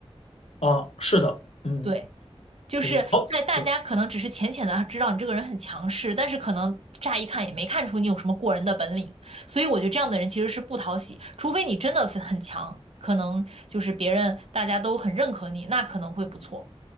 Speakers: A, on the left; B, on the right.
A: 啊，是的，嗯，
B: 对。就是在大家可能只是浅浅的知道你这个人很强势，
A: 也好。对
B: 但是可能乍一看也没看出你有什么过人的本领，所以我觉得这样的人其实是不讨喜，除非你真的很很强，可能就是别人大家都很认可你，那可能会不错。